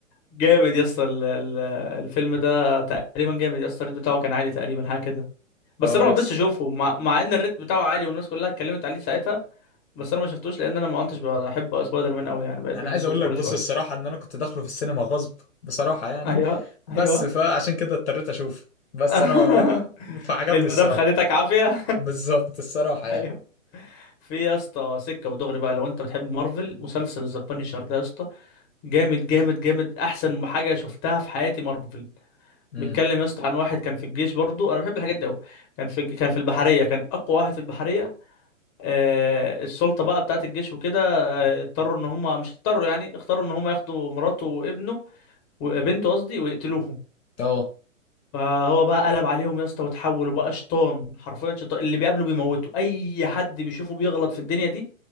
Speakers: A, on the left; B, on the left.
A: جامد يا اسطى ال- ال- الفيلم ده تقريبا جامد يا اسطى الريت بتاعه كان عالي تقريبا حاجه كده بس
B: <laughs> اه
A: انا ما
B: يس
A: رضيتش اشوفه مع, مع ان الريت بتاعه عالي والناس كلها اتكلمت عليه ساعتها بس انا ما شفتوش لان انا ما كنتش بحب سبايدر مان قوي يعني بقيت
B: انا
A: بحسه
B: عايز اقول
A: طفولي
B: لك بص
A: شويه
B: الصراحه ان انا كنت داخله في السينما غصب بصراحه يعني
A: ايوه
B: بس
A: ايوه
B: فعشان كده اضطريت اشوفه بس
A: <laughs>
B: انا فعجبني
A: المدام
B: الصراحه
A: خدتك عافيه
B: بالظبط الصراحه
A: <laughs>
B: يعني
A: ايوه في يا اسطى سكه ودغري بقى لو انت بتحب مارفل مسلسل ذا بانيشر ده يا اسطى جامد جامد جامد احسن حاجه شفتها في حياتي مارفل
B: مم.
A: بيتكلم يا اسطى عن واحد كان في الجيش برضو انا بحب الحاجات دي قوي كان في كان في البحريه كان اقوى واحد في البحريه آه السلطه بقى بتاعت الجيش وكده آه، اضطروا ان هم مش اضطروا يعني اختاروا ان هم ياخدوا مراته وابنه وبنته قصدي ويقتلوهم
B: اه
A: فهو بقى قلب عليهم يا اسطى وتحولوا بقى شيطان حرفيا شيطان اللي بيقابله بيموته اي حد بيشوفه بيغلط في الدنيا دي